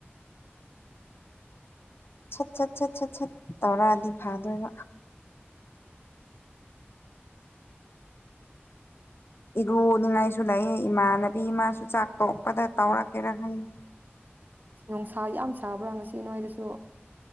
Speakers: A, on the left; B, on the right.
A: ꯁꯠ ꯁꯠ ꯁꯠ ꯁꯠ ꯁꯠ ꯇꯧꯔꯛꯑꯥꯗꯤ ꯐꯥꯗꯣꯏꯕ ꯏꯔꯨꯅꯤꯡꯉꯥꯏꯁꯨ ꯂꯩꯌꯦ ꯏꯃꯥꯟꯅꯕꯤ ꯃꯥꯁꯨ ꯆꯥꯛ ꯇꯣꯛꯄꯗ ꯇꯧꯔꯛꯀꯦꯔꯥ ꯈꯪꯗꯦ
B: ꯅꯨꯡꯁꯥ ꯌꯥꯝ ꯁꯥꯕ꯭ꯔꯥ ꯉꯁꯤ ꯅꯣꯏꯗꯁꯨ